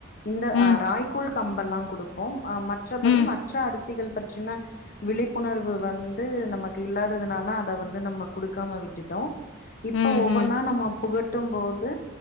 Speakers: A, on the left (about 50°); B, on the left (about 70°).
A: இந்த
B: ம்,
A: அ ராகி கூழ் கம்பெல்லா குடுப்போ அ மற்றபடி
B: ம்,
A: மற்ற அரிசிகள் பற்றின விழிப்புணர்வு வந்து நமக்கு இல்லாததுனால அத வந்து நம்ம குடுக்காம விட்டுட்டோ
B: ம்,
A: இப்ப ஒவ்வொன்னா
B: ம்,
A: நம்ம புகட்டு போது